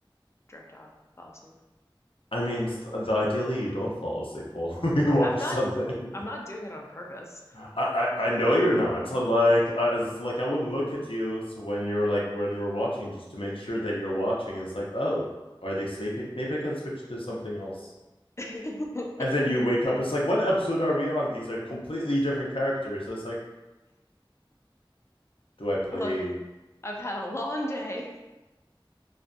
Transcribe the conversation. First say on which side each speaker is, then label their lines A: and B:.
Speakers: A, on the left; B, on the left.
A: drift off, fall asleep.
B: I mean, the ideally you don't fall asleep while <laughs> you watch
A: I'm not
B: something.
A: I'm not doing it on purpose.
B: I, I I know you're not. So, Like I, it's like I would look at you so when you're like when we're watching just to make sure that you're watching. And it's like, oh, are they sleeping? Maybe I can switch to something else.
A: <laughs>
B: And then you wake up, it's like, what episode are we on? These are completely different characters. That's like, do I play?
A: Look, I've had a long day.